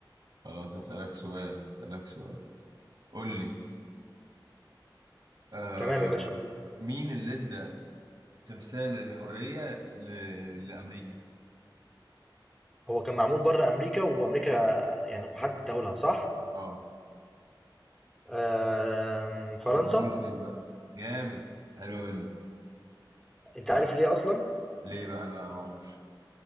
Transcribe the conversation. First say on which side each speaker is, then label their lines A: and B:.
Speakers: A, on the right; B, in the centre.
A: خلاص هسألك سؤال هسألك سؤال قول لي آه
B: تمام يا باشا قول لي.
A: مين اللي ادى تمثال الحرية ل... لأمريكا؟
B: هو كان معمول بره أمريكا وأمريكا يعني محدد دولها صح؟
A: اه
B: آه فرنسا
A: كان معمول فين بقى؟ جامد حلو منك
B: أنت
A: صح
B: عارف ليه أصلا؟
A: ليه بقى انا ما اعرفش